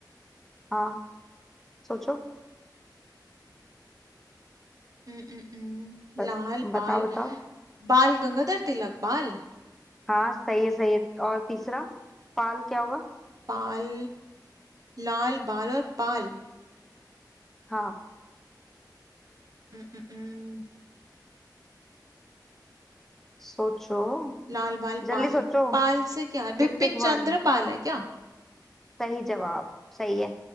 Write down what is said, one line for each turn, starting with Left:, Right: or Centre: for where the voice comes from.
Centre: हाँ सोचो
Right: हम्म, हम्म, हम्म,
Centre: ब-
Right: लाल
Centre: बताओ
Right: बाल
Centre: बताओ
Right: बाल गंगाधर तिलक बाल
Centre: हाँ सही है सही है और तीसरा पाल क्या होगा
Right: पाल लाल बाल और पाल
Centre: हाँ
Right: उम, उम, उम,
Centre: सोचो
Right: लाल बाल
Centre: जल्दी
Right: पाल
Centre: सोचो
Right: पाल से क्या है
Centre: टिक
Right: बिपिन
Centre: टिक वन
Right: चंद्र पाल है क्या
Centre: सही जवाब सही है